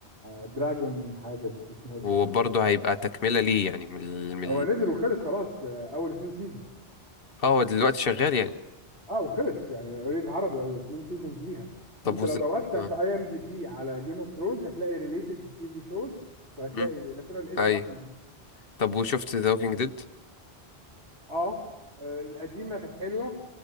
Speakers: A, on the right; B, on the left.
A: دراجون حاجة نسيت اسمه ايه
B: وبرضه
A: بصراحة
B: هيبقى تكملة ليه يعني من ال... من ال...
A: هو نزل وخلص خلاص آه، اول اتنين سيزون
B: اه هو دلوقتي شغال يعني
A: اه وخلص يعني اوريدي اتعرض آه، اتنين سيزونز ليها
B: طب
A: انت
B: وز...
A: لو دورت في
B: آه،
A: اي ام دي بي على جيم اوف ثرونز هتلاقي ريليتد تي في شوز وهتلاقي
B: مم،
A: بس انا الاسم
B: ايوه
A: راح من دماغي
B: طب وشفت ذا ووكينج ديد
A: اه آه، القديمه كانت حلوه